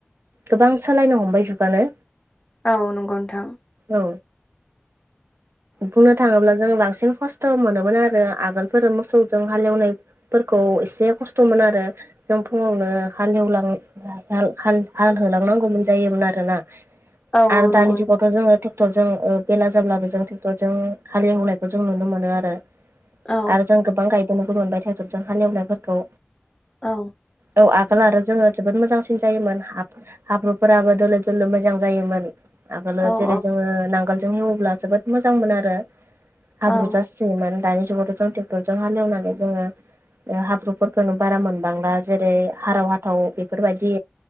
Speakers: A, on the right (about 70°); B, on the left (about 20°).
A: गोबां सोलायनो हमबाय जुगानो
B: औ नंगौ नंथां
A: औ बुंनो थाङोब्ला जोंङो बांसिन खस्थ मोनोमोन आरो आगोलफोर मोसौजों हालेवनायफोरखौ एसे खस्थ'मोन आरो जों फुङावनो हालेवलां हाल हाल हाल होलांनांगौमोन जायोमोन आरोना
B: औ
A: आरो
B: औ नंगौ
A: दानि जुगावथ जोंङो टेक ट्रेक्टरजों ओ बेला जाब्लाबो जों ट्रेक्टरजों हालेवहोनायखौ जों नुनो मोनो आरो
B: नोंथां औ
A: आरो जों गोबां गायबोनोबो मोनबाय ट्रेक्टरजों हालेवनायफोरखौ
B: औ
A: औ आगोल आरो जोंङो जोबोद मोजां मोजांसिन जायोमोन हाब हाब्रुफोराबो दोलो दोलो मोजां जायोमोन आगोलाव
B: औ
A: जेरै जोंङो नांगोलजों हेवोब्ला जोबोद मोजां मोन आरो हाब्रुजासे
B: औ
A: माने दानि जुगावथ' जों ट्रेक्टरजों हालेवनानै जोङो ओ हाब्रुफोरखौनो बारा मोनबांला जेरै हाराव हाथाव बेफोरबायदि